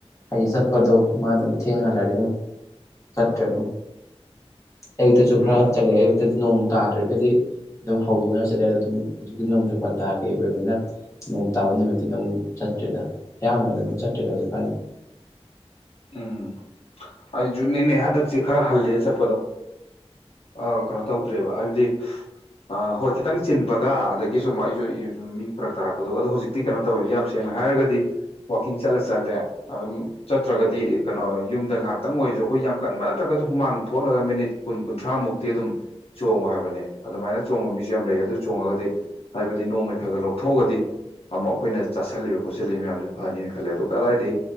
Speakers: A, on the left; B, on the left.
A: ꯍꯥꯏꯗꯤ ꯆꯠꯄꯗꯣ ꯃꯥꯗꫭ ꯑꯗꯨꯝ ꯊꯦꯡꯅ ꯍꯜꯂꯛꯗꯤ ꯑꯗꯨꯝ ꯆꯠꯇ꯭ꯔꯦ ꯑꯗꯨꯝ ꯑꯌꯨꯛꯇꯁꯨ
B: ꯎꯝ
A: ꯈꯔ ꯆꯠꯂꯦ ꯑꯌꯨꯛꯇꯗꯤ ꯅꯣꯡ ꯇꯥꯗ꯭ꯔꯒꯗꯤ ꯑꯗꯨꯝ ꯍꯧꯗꯣꯛꯅꯔ ꯆꯠꯂꯦ ꯑꯗꯨꯝ ꯍꯧꯖꯤꯛꯇꯤ ꯅꯣꯡꯖꯨ ꯄꯟꯊꯥ ꯀꯩ ꯑꯣꯏꯕꯅꯤꯅ ꯅꯣꯡ ꯇꯥꯕ ꯅꯨꯃꯤꯠꯇꯤ ꯑꯗꯨꯝ ꯆꯠꯇ꯭ꯔꯦꯗ ꯑꯌꯥꯝꯕꯅ ꯑꯗꯨꯝ ꯆꯠꯇ꯭ꯔꯦꯗ ꯍꯧꯖꯤꯛꯀꯥꯟꯗꯤ
B: ꯎꯝ ꯑꯩꯁꯨꯅꯤꯅꯦ ꯍꯟꯗꯛꯁꯦ ꯈꯔ ꯍꯜꯂꯦ ꯆꯠꯄꯗꯣ ꯑ ꯀꯩꯅꯣ ꯇꯧꯗ꯭ꯔꯦꯕ ꯍꯥꯏꯕꯗꯤ ꯑ ꯍꯣꯏ ꯈꯤꯇꯪ ꯆꯤꯟꯕꯒ ꯑꯗꯒꯤ ꯁꯨꯝ ꯑꯩꯁꯨ ꯁꯨꯝ ꯃꯤ ꯐꯔꯛ ꯇꯥꯔꯛꯄꯗꯨꯒ ꯑꯗꯣ ꯍꯧꯖꯤꯛ ꯇꯤ ꯀꯩꯅꯣ ꯇꯧꯋꯦ ꯌꯥꯝ ꯁꯦꯡꯅ ꯍꯥꯏꯔꯒꯗꯤ ꯋꯥꯛꯀꯤꯡ ꯆꯠꯂ ꯆꯠꯂꯦ ꯑꯗꯨꯝ ꯆꯠ ꯇ꯭ꯔꯒꯗꯤ ꯀꯩꯅꯣ ꯌꯨꯝꯗ ꯉꯥꯏꯍꯥꯛꯇꯪ ꯑꯣꯏꯔꯁꯨ ꯑꯩꯈꯣꯏ ꯌꯥꯝ ꯀꯟꯕ ꯅꯠꯇ꯭ꯔꯒꯁꯨ ꯍꯨꯃꯥꯡ ꯊꯣꯛꯍꯜꯂꯒ ꯃꯤꯅꯤꯠ ꯀꯨꯟ ꯀꯨꯟꯊ꯭ꯔꯥ ꯃꯨꯛꯇꯤ ꯑꯗꯨꯝ ꯆꯣꯡꯉꯣ ꯍꯥꯏꯕꯅꯦ ꯑꯗꯨꯃꯥꯏꯅ ꯆꯣꯡꯕ ꯃꯤꯁꯨ ꯌꯥꯝ ꯂꯩ ꯑꯗꯨ ꯆꯣꯡꯉꯒꯗꯤ ꯍꯥꯏꯕꯗꯤ ꯅꯣꯡꯃꯩ ꯈꯒ ꯈꯒ ꯂꯧꯊꯣꯛꯑꯒꯗꯤ ꯑꯃꯨꯛ ꯑꯩꯈꯣꯏꯅ ꯆꯥꯥꯁꯜꯂꯤꯕ ꯈꯣꯠꯆꯜꯂꯤꯕ ꯃꯌꯥꯝꯁꯦ ꯐꯅꯤꯅ ꯈꯜꯂꯦ ꯑꯗꯨꯒ ꯀꯗꯥꯏꯗꯧ